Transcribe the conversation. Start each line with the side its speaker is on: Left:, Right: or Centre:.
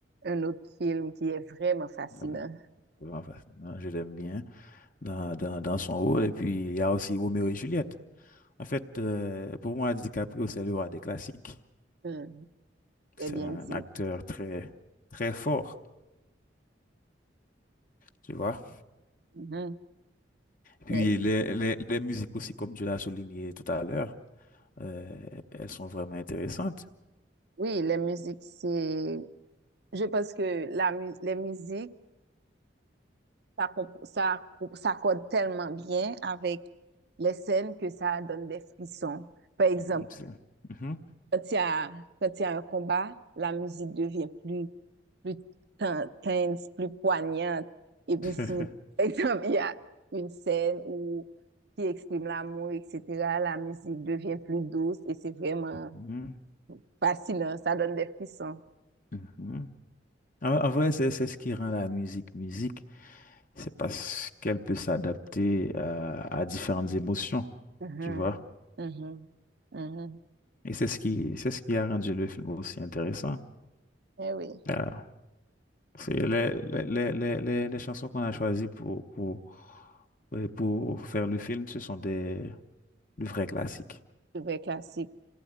Right: un autre film qui est vraiment fascinant.
Left: Euh, vraiment fascinant, Je l'aime bien dans, dans, dans son rôle. Et puis, il y a aussi Roméo et Juliette. En fait, euh, pour moi, DiCaprio, c'est le roi des classiques.
Right: Hum, très
Left: C'est
Right: bien
Left: un
Right: dit.
Left: acteur très, très fort, tu vois.
Right: Mhm.
Left: Puis
Right: Mais oui,
Left: les, les, les musiques aussi, comme tu l'as souligné tout à l'heure, euh, elles sont vraiment intéressantes.
Right: Oui, la musique, c'est... Je pense que la mu- les musiques, ça, comp- ça, ça s'accorde tellement bien avec les scènes que ça donne des frissons. Par exemple,
Left: Mm, c'est- Mhm.
Right: Quand il y a, quand il y a un combat, la musique devient plus, plus ten- tense, plus poignante. Et puis
Left: <laughs>
Right: si, par exemple, il y a une scène où qui exprime l'amour, etc., la musique devient plus douce et c'est vraiment
Left: Mhm,
Right: fascinant. Ça donne des frissons.
Left: mhm. En, en vrai, c'est c'est ce qui rend la musique musique, c'est parce qu'elle peut s'adapter à, à différentes émotions,
Right: Mhm,
Left: tu vois.
Right: mhm, mhm.
Left: Et c'est ce qui, c'est ce qui a rendu le film aussi intéressant.
Right: Eh oui,
Left: Ah, c'est les, les, les, les, les- les chansons qu'on a choisies pour, pour, euh, pour faire le film, ce sont des, de vrais classiques.
Right: c'est vrai classique.